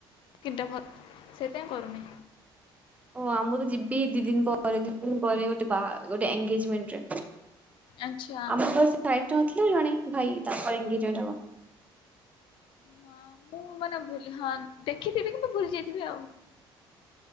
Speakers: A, on the left; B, on the right.
A: ତିନିଟା ଭଲ ସେଥିପାଇଁ କରୁନି।
B: ଓ ଆ ମୁଁ ତ ଯିବି ଦି ଦିନ ପରେ ଦ ଦିନ ପରେ ଗୋଟେ ବା ଗୋଟେ ଏଗେଜମେଣ୍ଟରେ।
A: ଆଚ୍ଛା
B: ଆମ ନଥିଲେ ଜଣେ ଭାଇ ଅଙ୍ଗଜେମେଣ୍ଟ ହବ।
A: ହଁ ମୁଁ ମାନେ ଭୁଲି ହଁ ଦେଖିଥିବି କିନ୍ତୁ ଭୁଲି ଯାଇଥିବି ଆଉ।